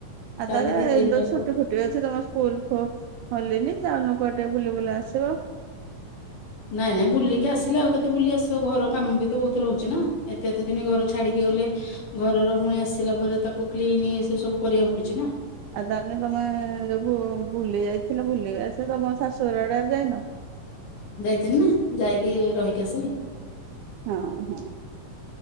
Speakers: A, on the right; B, on the left.
A: ଆଉ
B: କାଲି
A: ତାହେଲେ
B: ଦି ଦିନ
A: ଏଇନେ ତ
B: ଯାକ
A: ଛୁଟି ଫୁଟି ଅଛି ତମ ସ୍କୁଲ ଖୋ ଖୋଲିନି ଯାଉନୁ କୁଆଡ ବୁଲି ବୁଲା ଆସିବ।
B: ନାଇଁ ନାଇଁ ବୁଲିକି ଆସିଲା ଆଉ କେତେ ବୁଲି ଆସିବ ଘର କାମ ବି ତ ବହୁତ ରହୁଛି ନା ଏତେ ଏତେ ଦିନ ଘର ଛାଡିକି ଗଲେ ଘରର ପୁଣି ଆସିଲା ପରେ ତାକୁ କ୍ଲିନ ସେ ସବୁ କରିବାକୁ ପଡୁଛି ନା।
A: ଆଉ ତାହେଲେ ତମେ ଯୋଗୁ ବୁଲି ଯାଇଥିଲ ବୁଲିିକି ଆସ ତମ ଶାଶୁୁ ଘର ଆଡେ ଆଉ ଯାଇନ?
B: ଯାଇଥିଲି ନା ଯାଇକି ରହିକି ଆସିଲି।
A: ହଁ ହଁ।